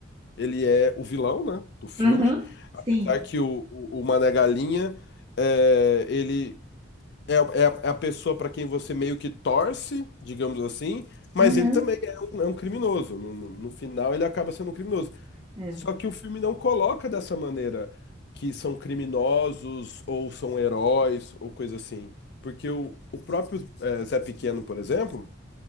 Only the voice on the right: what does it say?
aham, sim,
aham,
é,